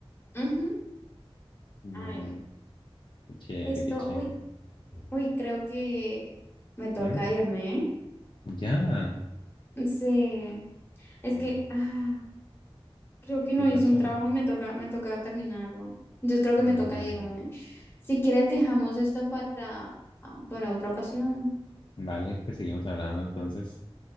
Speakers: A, on the left; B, on the left.
A: ujú,
B: No,
A: ay, no.
B: qué chévere,
A: esto,
B: qué chévere.
A: uy. Uy, creo que me toca
B: Dime.
A: irme,
B: Ya.
A: ¿eh? Sí, es
B: Mm,
A: que ah, creo que no
B: ¿qué pasó?
A: hice un trabajo y me toca, me toca terminarlo. Entonces creo que
B: Ah,
A: me toca
B: bueno.
A: irme. Si quieres, dejamos esto para, para otra ocasión.
B: Vale, pues seguimos hablando entonces.